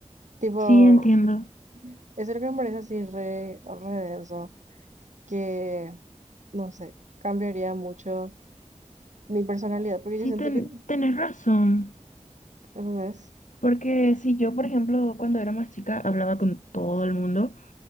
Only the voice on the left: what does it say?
sí, entiendo.
Sí,
ten,
tenés razón.
Porque si yo, por ejemplo, cuando era más chica hablaba con todo el mundo,